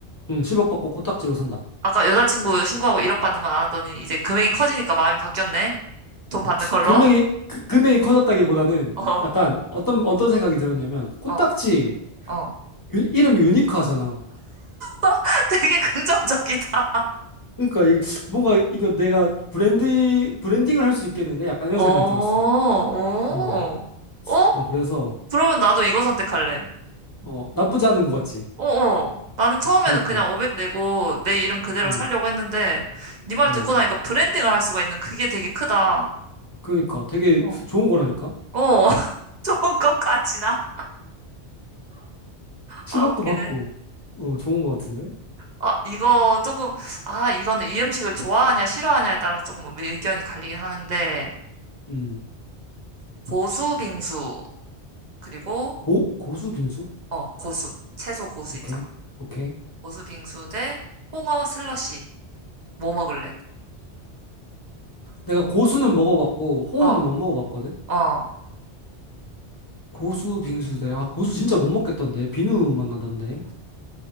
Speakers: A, on the left; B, on the right.
A: 응, 1억 받고 코딱지로 산다.
B: 아까 여자친구 신고하고 1억 받는 건 안 하더니 이제 금액이 커지니까 마음이 바뀌었네. 돈 받는 걸로.
A: 금액이, 그- 금액이 커졌다기보다는
B: <laughs> 어,
A: 약간 어떤, 어떤 생각이 들었냐면, 코딱지,
B: 어, 어.
A: 유- 이름이 유니크하잖아.
B: <laughs> 되게 긍정적이다.
A: 그러니까 이, 뭔가 이거 내가 브랜드, 브랜딩을 할 수 있겠는데? 약간 이런
B: 오,
A: 생각이
B: 오.
A: 들었어. 어,
B: 어?
A: 어, 그래서,
B: 그러면 나도 이거 선택할래.
A: 어, 나쁘지 않은 것 같지.
B: 어어. 나는 처음에는
A: 그니까,
B: 그냥 500 내고 내 이름 그대로
A: 응,
B: 살려고 했는데 네 말
A: 어,
B: 듣고 나니까 브랜딩을 할 수가 있는 그게 되게 크다.
A: 그니까 되게
B: 어.
A: 좋은 거라니까?
B: 어, <laughs> 좋은 것까지나.
A: 실0억도
B: 아, 웃기네.
A: 받고, 어, 좋은 것 같은데?
B: 아, 이거 조금, 아, 이거는 이 음식을 좋아하냐, 싫어하냐에 따라 조금 뭐 의견이 갈리긴 하는데,
A: 음,
B: 고수 빙수, 그리고,
A: 고, 고수 빙수?
B: 어, 고수. 채소 고수
A: 오케이,
B: 있잖아.
A: 오케이.
B: 고수 빙수 대 홍어 슬러시. 뭐 먹을래?
A: 내가 고수는 먹어봤고 홍어는
B: 어,
A: 못 먹어봤거든.
B: 어.
A: 고수 빙수대. 아 고수 진짜 못 먹겠던데. 비누 맛 나던데.